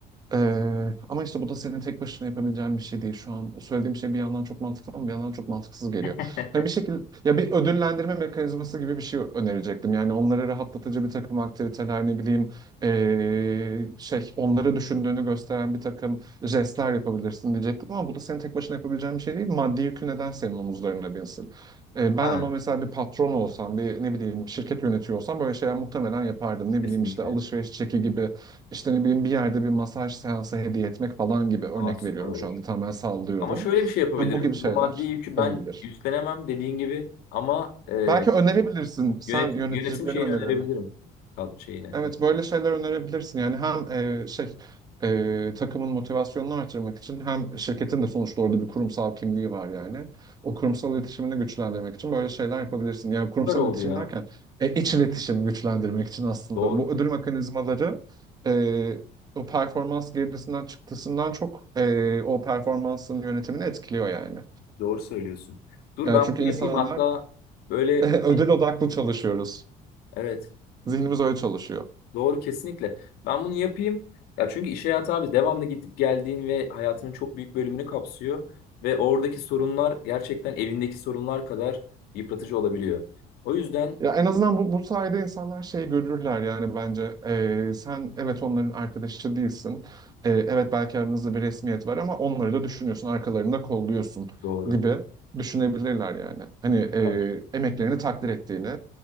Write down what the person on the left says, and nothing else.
<laughs>
Ha,
kesinlikle.
Aa, süper
olur.
Ama şöyle bir şey yapabilirim.
Bu maddi yükü ben
üstlenemem dediğin gibi ama e,
yönetim,
yönetim şeyini
önerebilirim. Kadro şeyine.
Evet.
Süper oldu
ya.
Doğru.
Doğru söylüyorsun. Dur
ben
bunu
yapayım. Hatta
böyle
bir-
evet.
Doğru kesinlikle. Ben bunu yapayım. Ya çünkü iş hayatı abi devamlı gidip geldiğin ve hayatının çok büyük bölümünü kapsıyor ve oradaki sorunlar gerçekten evindeki sorunlar kadar yıpratıcı olabiliyor. O yüzden
e,
doğru.
Süper